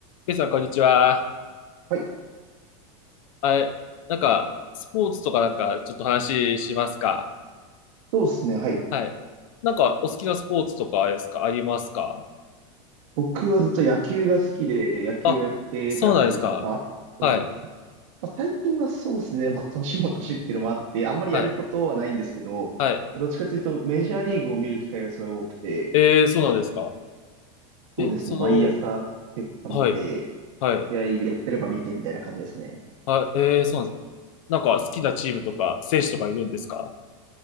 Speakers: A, on the left; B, on the right.
A: ケイさん、こんにちは。
B: はい
A: あれ、なんか、スポーツとかなんか、ちょっと話しますか
B: そうですね。はい。
A: はい。なんか、お好きなスポーツとかですかありますか
B: 僕はずっと野球が好きで、野球をやってたりとか、
A: あ、そうなんですか。
B: あと、
A: はい、
B: まあ、最近はそうですね。<laughs> まあ、年も年っていうのもあって、あんまりやることはないんですけど、
A: はい、はい。
B: どっちかというと、メジャーリーグを見る機会がすごい多くて、
A: えー、そうなんですか。え、
B: そうですね。
A: そ
B: 毎朝結果見て、
A: の、はい、はい、
B: 試合やってれば見てみたいな感じですね。
A: はい、えー、そうなんですか。なんか、好きなチームとか、選手とかいるんですか